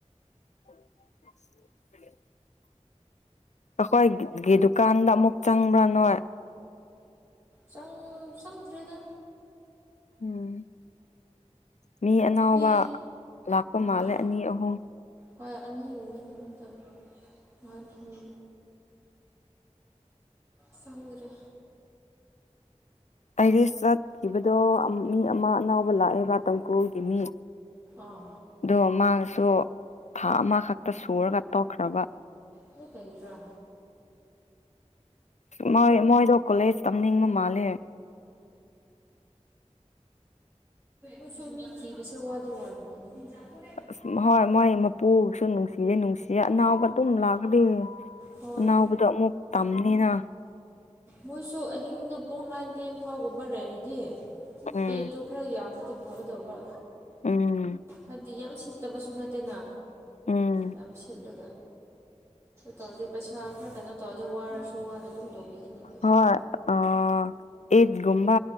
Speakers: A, on the left (about 75°); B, on the right (about 20°).
A: <inaudible> ꯑꯩꯈꯣꯏꯒꯤ ꯗꯨꯀꯥꯟꯗ ꯑꯃꯨꯛ ꯆꯪꯕ꯭ꯔꯥ ꯅꯣꯏ
B: ꯁꯪ ꯁꯪꯗ꯭ꯔꯔꯤꯒ
A: ꯎꯝ ꯃꯤ ꯑꯅꯥꯕ
B: ꯅꯨꯄꯤ
A: ꯂꯥꯛꯄ ꯃꯥꯜꯂꯦ
B: ꯑꯥ
A: ꯑꯅꯤ ꯑꯍꯨꯝ
B: ꯍꯣꯏ ꯑꯅꯤꯒꯨꯝꯕ ꯑꯣꯏꯅ ꯍꯟꯇ‌ꯛ ꯃꯥ ꯊ ꯆꯪꯗ꯭ꯔꯦ
A: ꯑꯩꯗꯤ ꯆꯠꯈꯤꯕꯗꯣ ꯃꯤ ꯑꯃ ꯑꯅꯥꯎꯕ ꯂꯥꯛꯑꯦꯕ ꯇꯥꯡꯀꯨꯜꯒꯤ ꯃꯤ
B: ꯑꯥ
A: ꯑꯗꯣ ꯃꯥꯁꯨ ꯊꯥ ꯑꯃꯈꯛꯇ ꯁꯨꯔꯒ ꯇꯣꯛꯈ꯭ꯔꯕ
B: ꯀ ꯀꯩꯔꯥ
A: ꯃꯣꯏ ꯃꯣꯏꯗꯣ ꯀꯣꯂꯦꯖ ꯇꯝꯅꯤꯡꯕ ꯃꯥꯜꯂꯦ
B: ꯑꯣꯁꯨ ꯃꯤꯁꯤꯤꯕꯁ ꯋꯥꯗ ꯋꯥ ꯎꯝ
A: ꯑꯁ ꯍꯣꯏ ꯃꯣꯏ ꯃꯄꯨꯁꯨ ꯅꯨꯡꯁꯤꯖꯦ ꯅꯨꯡꯁꯤꯌꯦꯦ ꯑꯅꯥꯎꯕ ꯑꯗꯨꯝ ꯂꯥꯛꯀꯗꯤ
B: ꯍꯣꯏ
A: ꯑꯅꯥꯎꯕꯗꯣ ꯑꯃꯨꯛ ꯇꯝꯅꯤꯅ
B: ꯃꯣꯏꯁꯨ ꯑꯍꯤꯡꯗꯨ ꯄꯨꯡ ꯅꯥꯏꯟ ꯇꯦꯟ ꯐꯥꯎꯒꯨꯝꯕ ꯂꯩꯔꯗꯤ
A: ꯎꯝ
B: ꯄꯦ ꯇꯨ ꯈꯔ ꯌꯥ ꯃꯗꯤ ꯐꯕꯗꯧꯕ
A: ꯎꯝ
B: ꯍꯥꯏꯗꯤ ꯌꯥꯝ ꯁꯤꯠꯇꯕꯁꯨ ꯅꯠꯇꯦꯅ
A: ꯎꯝ
B: ꯌꯥꯝ ꯁꯤꯠꯂ ꯇ ꯈꯔ ꯈꯔ ꯀꯩꯅꯣ ꯇꯧꯔꯗꯤ ꯋꯥꯔꯁꯨ ꯋꯥꯅ ꯑꯗꯨꯝ ꯂꯧꯕꯤꯒꯅꯦꯕ
A: ꯍꯣꯏ ꯑꯥ ꯑꯦꯠꯒꯨꯝꯕ